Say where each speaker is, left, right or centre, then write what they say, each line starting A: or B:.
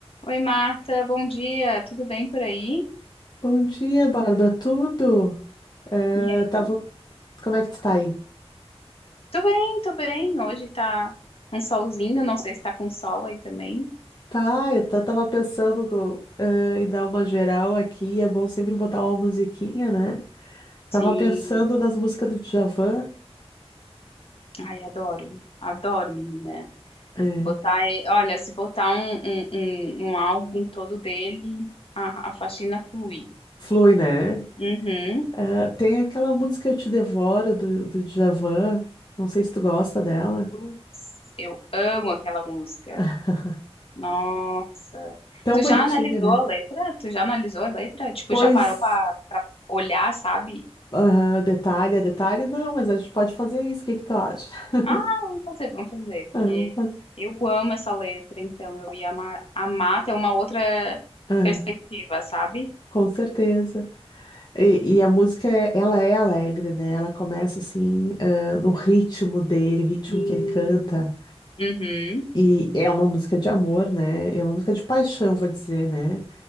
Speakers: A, on the left (about 60°); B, on the left (about 40°).
A: Oi, Marta, bom dia. Tudo bem por aí?
B: Bom dia, Bárbara. Tudo? Eh,
A: E aí?
B: tava... Como é que tu tá aí?
A: Tô bem, tô bem. Hoje tá um solzinho, não sei se tá com sol aí também.
B: Tá, eu ta- tava pensando co- eh, em dar uma geral aqui. É bom sempre botar uma musiquinha, né? Tava
A: Sim.
B: pensando nas músicas do Djavan.
A: Ai, adoro. Adoro, menina.
B: É,
A: Botar, e- olha, se botar um, um, um, um álbum todo dele, a, a faxina flui.
B: flui, né?
A: Uhum.
B: Eh, tem aquela música Eu Te Devoro do, do Djavan. Não sei se tu gosta dela.
A: Putz, eu amo aquela música.
B: <laughs>
A: Nossa.
B: Tão
A: Tu
B: bonitinha,
A: já analisou
B: né?
A: a letra? Tu já analisou a letra? Tipo,
B: Pois,
A: já parou pra, pra olhar, sabe?
B: aham, detalhe, é detalhe, não, mas a gente pode fazer isso. O que que tu acha? <laughs>
A: Ah, vamos fazer, vamos fazer, porque
B: Ah, eu vou fazer.
A: eu amo essa letra, então eu ia amar, amar ter uma outra
B: Ah,
A: perspectiva, sabe?
B: com certeza. E, e a música, é- ela é alegre, né? Ela começa assim, ah, no ritmo dele, o ritmo
A: Sim.
B: que ele canta.
A: Uhum,
B: E é uma música de amor, né? É uma música de paixão, vou dizer, né?